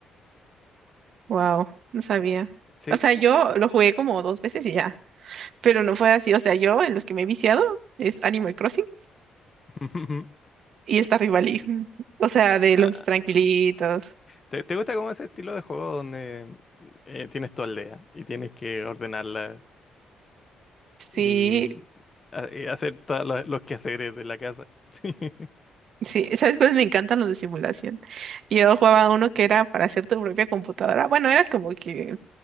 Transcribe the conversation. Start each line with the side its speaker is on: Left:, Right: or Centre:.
Right: Wow, no sabía.
Left: Sí.
Right: O sea, yo lo jugué como dos veces y ya. Pero no fue así. O sea, yo en los que me he viciado es Animal Crossing.
Left: <laughs>
Right: Y está Rivalí. O sea, de
Left: Ah,
Right: los tranquilitos.
Left: ¿Te, te gusta como ese estilo de juego donde eh, tienes tu aldea y tienes que ordenarla
Right: Sí,
Left: y, ha- y hacer todos los quehaceres de la casa? <laughs>
Right: sí. ¿Sabes cuáles me encantan los de simulación? Yo jugaba uno que era para hacer tu propia computadora. Bueno, eras como que